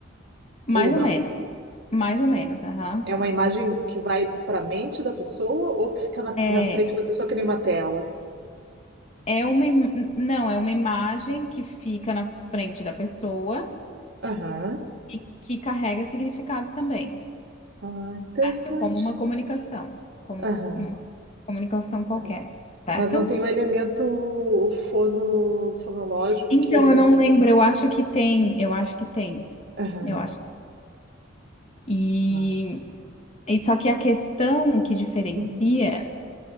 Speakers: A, on the right (about 60°); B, on the left (about 35°).
A: Ou
B: Mais
A: não?
B: ou menos. Mais ou menos, aham.
A: É uma imagem que vai para a mente da pessoa ou que fica na,
B: É,
A: na frente da pessoa que nem uma tela?
B: é uma, im- não, é uma imagem que fica na frente da pessoa
A: Aham.
B: e que carrega significados também,
A: Ah,
B: certo?
A: interessante.
B: Como uma comunicação, como
A: Aham.
B: uma comunicação qualquer,
A: aham.
B: certo?
A: Mas não tem o elemento fono, fonológico
B: Então,
A: que é.
B: eu não lembro, eu acho que tem, eu acho que tem,
A: Aham.
B: eu acho. E,
A: Tá.
B: e só que a questão que diferencia
A: Uhum,